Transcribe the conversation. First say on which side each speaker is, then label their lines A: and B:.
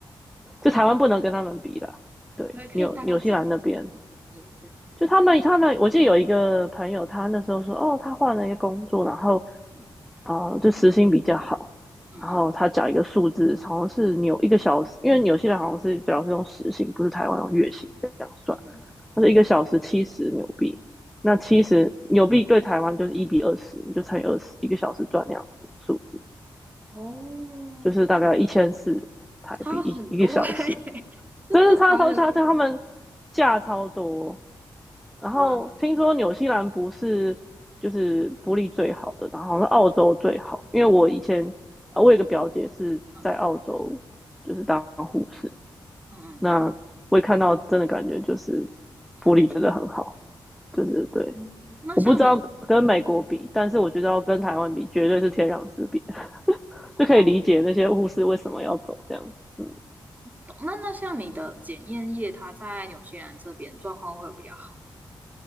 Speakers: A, in the centre; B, on the right.
A: 就台湾不能跟他们比啦。对，
B: 可以可以大概讲一下。
A: 纽纽西兰那边，
B: 对对对，
A: 就他们他们，我记得有一个朋友，他那时候说，哦，他换了一个工作，然后
B: 嗯
A: 哦，就时薪比较好，
B: 嗯嗯
A: 然后他讲一个数字，好像是纽一个小时，因为纽西兰好像是主要是用时薪，不是台湾用月薪这样算。
B: 嗯
A: 他说一个小时七十纽币，
B: 嗯，嗯
A: 那七十纽币对台湾就是一比二十，你就乘以二十，一个小时赚那样子数字，
B: 哦，
A: 就是大概一千四台币一一个小时，
B: 差很多哎欸 <laughs> 这这台湾的
A: 真是差超差，差他们价超多。然后听说纽西兰不是就是福利最好的，
B: 哇，嗯
A: 然后好像是澳洲最好，因为我以前啊，呃我有一个表姐是在澳洲就是当护士，
B: 嗯嗯嗯嗯，
A: 那我也看到真的感觉就是
B: 还不错。
A: 福利真的很好，就是对。
B: 嗯那像你
A: 我不知道跟美国比，但是我觉得要跟台湾比，绝对是天壤之别，<laughs> 就可以理解那些护士为什么要走这样子。
B: 哦。
A: 嗯，
B: 懂那那像你的检验业，它在纽西兰这边状况会有比较好